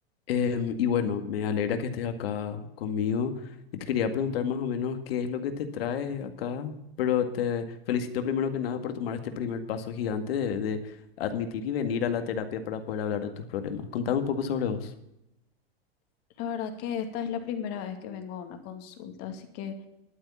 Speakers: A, on the left; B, on the left.
A: Em, y bueno, me alegra que estés acá conmigo. Y te quería preguntar más o menos qué es lo que te trae acá, pero te felicito primero que nada por tomar este primer paso gigante de, de admitir y venir a la terapia para poder hablar de tus problemas. Contame un poco sobre vos.
B: La verdad que esta es la primera vez que vengo a una consulta, así que